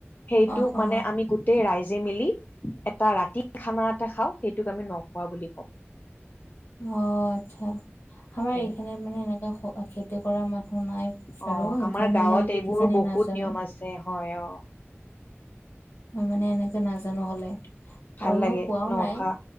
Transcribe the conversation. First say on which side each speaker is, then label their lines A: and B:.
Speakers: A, on the left; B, on the left.
A: সেইটো
B: অ অ
A: মানে আমি গোট- টেই ৰাইজে মিলি এটা ৰাতিৰ খানা এটা খাওঁ, সেইটোক আমি নখোৱা বুলি কওঁ।
B: অ আৎচ্ছা, আমাৰ
A: উম
B: এইখিনিত মানে এনেকোৱা হ খেত- তি কৰা মানুহ নাই বাৰু,
A: অ
B: সেইকাৰণে
A: আমাৰ গাঁৱত
B: মই
A: এইবোৰ
B: কিজানি
A: বহুত
B: নাজানো।
A: নিয়ম আছে হয় অ
B: মই মানে এনেকে নাজানো হলে।
A: ভাল
B: আৰু
A: লাগে
B: মই পোৱাও
A: নখোৱা,
B: নাই